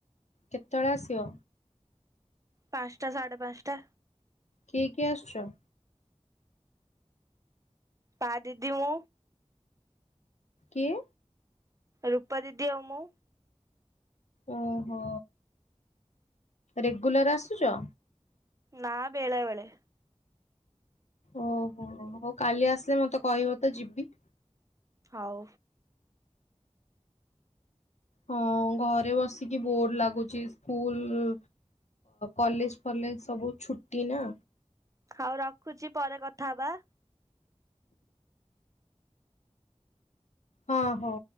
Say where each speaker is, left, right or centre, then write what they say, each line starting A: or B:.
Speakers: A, on the left; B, on the right.
A: କେତେବେଳେ ଆସିବ?
B: ପାଞ୍ଚଟା ସାଢ଼େ ପାଞ୍ଚଟା
A: କିଏ କିଏ ଆସୁଛ?
B: ପା ଦିଦି ମୁ
A: କିଏ?
B: ରୂପା ଦିଦି ଆଉ ମୁଁ।
A: ଓହୋ ରେଗୁଲାର ଆସୁଛ।
B: ନାଁ ବେଳବେଳେ।
A: ଓହୋ ହୋ କାଲି ଆସିଲେ ମତେ କହିବ ତ ଯିବି।
B: ହଉ।
A: ହଁ ଘରେ ବସିକି ବୋର ଲାଗୁଛି ସ୍କୁଲ କଲେଜ ଫଲେଜ ସବୁ ଛୁଟି ନା।
B: ଆଉ ରଖୁଛି ପରେ କଥା ହବା।
A: ହଁ ହଁ।